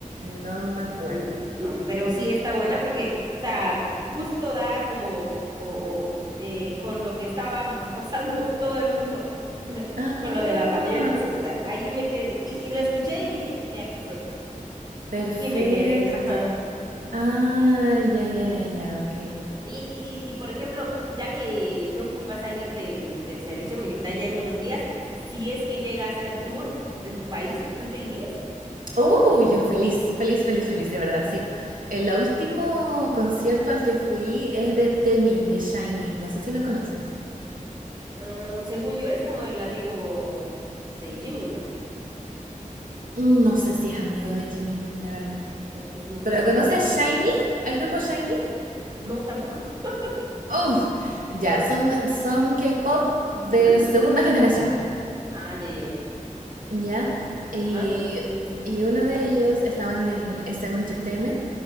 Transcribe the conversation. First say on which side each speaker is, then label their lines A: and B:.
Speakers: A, on the right; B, on the right.
A: No me acuerdo.
B: Mm, No, pero sí está buena porque, o sea, justo da como, o, o, eh, con lo que estábamos <laughs> pasando todo el mundo, <laughs>
A: Ah,
B: con lo de la pandemia. Entonces a- ahí me quedé, y, y lo escuché y dije, de aquí soy.
A: Perfecto.
B: Y me quedé, ajá.
A: Ah, ya, ya, ya, ya, ok.
B: Oye, y, y, y, por ejemplo, ya que Jungkook va a salir del, del servicio militar ya en unos días, si es que llega a hacer tour en tu país, ¿tú te irías?
A: Oh, yo feliz, feliz, feliz, feliz, de verdad, sí. El último concierto al que fui es de Temin, de Shiny. No sé si lo conoces.
B: Mm, según yo, es como el amigo de Jimin, ¿no?
A: Mm, No sé si es amigo de Jimin, la verdad.
B: Mm, Entonces no sé
A: ¿Pero
B: si
A: conoces
B: es él.
A: Shiny? ¿Al grupo Shiny?
B: No, tampoco. <laughs>
A: Oh, ya, son, son K-pop de
B: Ujú.
A: segunda generación.
B: Ah, ya, ya, ya.
A: ¿ya? Y,
B: Ajá.
A: y uno de ellos estaban en SM Entertainment